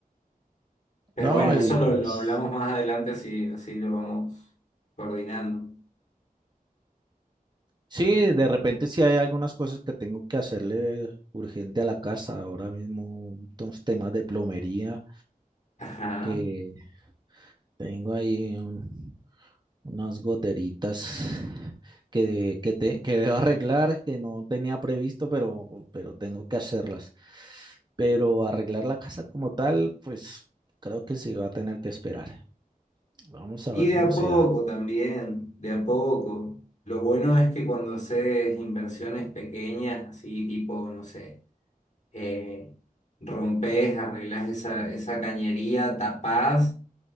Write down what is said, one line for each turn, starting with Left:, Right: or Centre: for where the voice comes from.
Left: Pero
Right: no,
Left: bueno,
Right: y
Left: eso lo,
Right: pues
Left: lo hablamos más adelante, así, así lo vamos coordinando.
Right: sí, de repente sí hay algunas cosas que tengo que hacerle urgente a la casa, ahora mismo unos temas de plomería
Left: Ajá.
Right: que tengo ahí un- Unas goteritas que, que, te- que debo arreglar, que no tenía previsto, pero, pero tengo que hacerlas. Pero arreglar la casa como tal, pues creo que sí va a tener que esperar. Vamos a
Left: Y
Right: ver
Left: de
Right: cómo
Left: a poco
Right: se da.
Left: también, de a poco. Lo bueno es que cuando haces inversiones pequeñas, así tipo, no sé, eh, rompes, arreglas esa, esa cañería, tapás